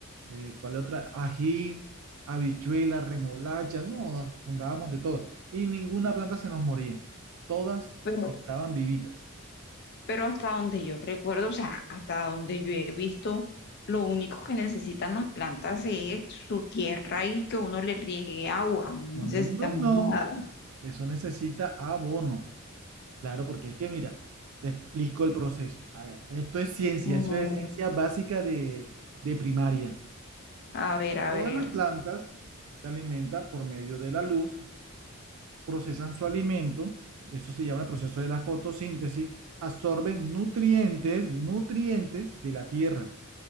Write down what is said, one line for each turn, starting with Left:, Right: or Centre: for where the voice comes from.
Right: eh, ¿cuál otra? Ají, habichuela, remolacha, no, sembrábamos de todo. Y ninguna planta se nos moría. Todas
Left: Pero,
Right: estaban vivitas.
Left: pero hasta donde yo recuerdo, o sea, hasta donde yo he visto, lo único que necesitan las plantas es su tierra y que uno le riegue agua, no
Right: No,
Left: necesitan
Right: no, no, no.
Left: más nada.
Right: Eso necesita abono. Claro, porque es que mira, te explico el proceso. A ver, esto es ciencia,
Left: Mm,
Right: eso es ciencia básica de, de primaria.
Left: A ver, a
Right: Todas
Left: ver.
Right: las plantas se alimentan por medio de la luz, procesan su alimento, eso se llama el proceso de la fotosíntesis, absorben nutrientes, nutrientes de la tierra